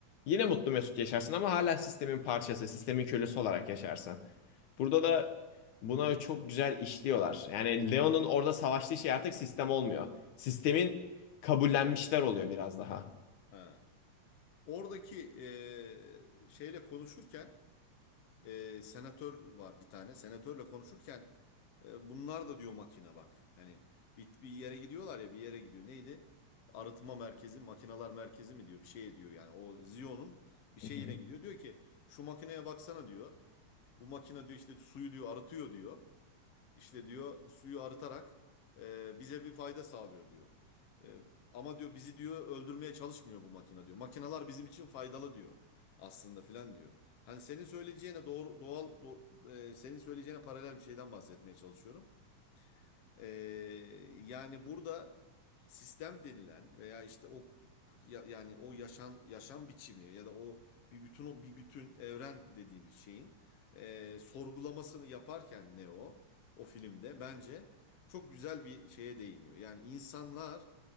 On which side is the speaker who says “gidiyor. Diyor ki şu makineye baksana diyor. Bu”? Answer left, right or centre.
Left